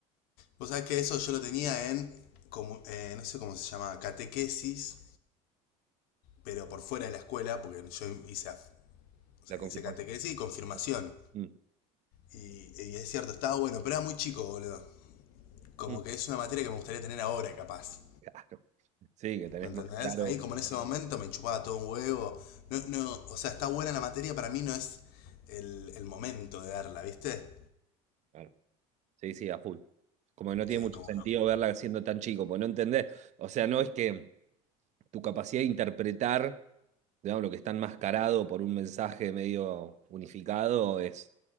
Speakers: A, on the left; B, on the right.
A: Vos sabés que eso yo lo tenía en, como, eh, no sé cómo se llama, catequesis, pero por fuera de la escuela, porque yo hice, af- o sea,
B: La confirmación.
A: hice catequesis y confirmación.
B: sí. Mm,
A: Y, y es cierto, estaba bueno, pero era muy chico, boludo. Como
B: mm,
A: que es una materia que me gustaría tener ahora, capaz.
B: Claro. Sí, que tenés
A: ¿Me entendés?
B: más claro.
A: Ahí como en ese momento me chupaba todo un huevo. No, no, o sea, está buena la materia, para mí no es el, el momento de darla, ¿viste?
B: Claro. Sí, sí, a full. Como que no tiene
A: Eh,
B: mucho
A: como
B: sentido
A: que-
B: verla siendo tan chico, porque no entendés. O sea, no es que. tu capacidad de interpretar, digamos, lo que está enmascarado por un mensaje medio unificado es,